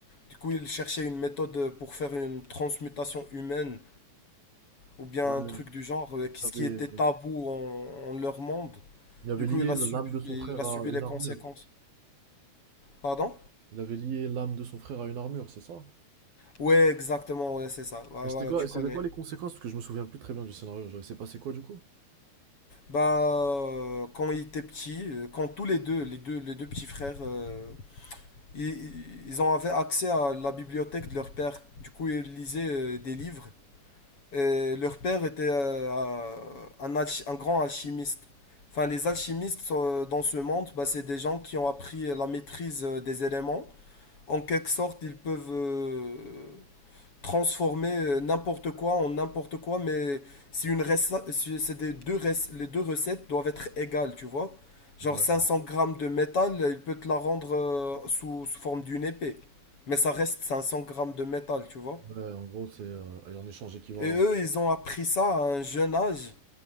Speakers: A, on the left (about 35°); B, on the right (about 60°).
A: Du coup, il cherchait une méthode pour faire une transmutation humaine, ou bien
B: Ouais,
A: un truc
B: il
A: du genre, euh, ce
B: avait,
A: qui était tabou en, en leur monde.
B: il avait
A: Du coup,
B: lié
A: il a
B: l'âme
A: subi,
B: de son
A: il
B: frère
A: a
B: à
A: subi
B: une
A: les
B: armure.
A: conséquences. Pardon?
B: Il avait lié l'âme de son frère à une armure, c'est ça?
A: Ouais, exactement, ouais, c'est ça. Ouais,
B: Et
A: Voilà,
B: c'était quoi,
A: tu
B: c'était
A: connais.
B: quoi les conséquences? Parce que je me souviens plus très bien du scénario. Genre, il s'est passé quoi du coup?
A: Bah, euh, quand ils étaient petits, euh, quand tous les deux, les deux, les deux petits frères, euh, ils, ils ont avaient accès à la bibliothèque de leur père. Du coup, ils lisaient euh, des livres. Et leur père était euh, un, un alchi- un grand alchimiste. Enfin, les alchimistes euh, dans ce monde, bah, c'est des gens qui ont appris la maîtrise euh, des éléments. En quelque sorte, ils peuvent euh, transformer euh, n'importe quoi en n'importe quoi, mais si une rece- si c'est des deux rec- les deux recettes doivent être égales, tu vois. Genre
B: Ouais.
A: 500 grammes de métal, euh, il peut te la rendre euh, sous, sous forme d'une épée. Mais ça reste 500 grammes de métal, tu vois.
B: Ouais, en gros, c'est euh, un échange équivalent.
A: Et eux, ils ont appris ça à un jeune âge.